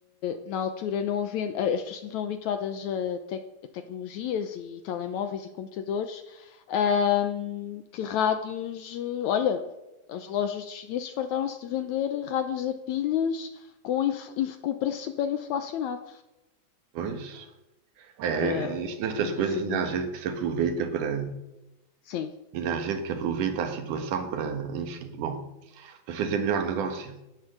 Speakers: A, on the left; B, on the right.
A: na altura não havendo, as pessoas não estão habituadas a, tec- a tecnologias e telemóveis e computadores, ahm, que rádios, eh, olha, as lojas dos chineses fartaram-se de vender rádios a pilhas com, inf- inf- com o preço super inflacionado,
B: Pois, é,
A: porque
B: é, isto- nestas
A: ninguém
B: coisas
A: sabia.
B: ainda há gente que se aproveita para
A: Sim,
B: E na gente que aproveita a situação para, enfim, bom, para fazer melhor negócio.